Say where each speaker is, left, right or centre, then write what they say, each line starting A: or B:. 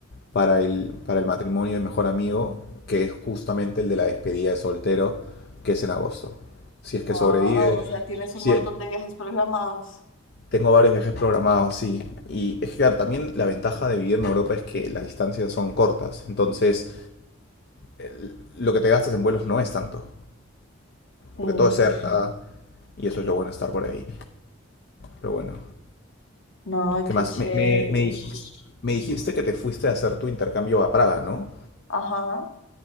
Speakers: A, on the left; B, on the left.
A: para el, para el matrimonio de mejor amigo, que es justamente el de la despedida de soltero, que es en agosto. Si es
B: wow,
A: que sobrevive,
B: o sea, tienes
A: si,
B: un montón de viajes programados.
A: Tengo varios viajes programados, sí. Y es que, claro, también la ventaja de vivir en Europa es que las distancias son cortas. Entonces, el- lo que te gastas en vuelos no es tanto,
B: Sí,
A: porque todo es cerca y eso es lo bueno de estar por ahí. Pero bueno,
B: no,
A: ¿qué
B: qué
A: más?
B: chévere.
A: Me, me- me dij- me dijiste que te fuiste a hacer tu intercambio a Praga, ¿no?
B: Ajá.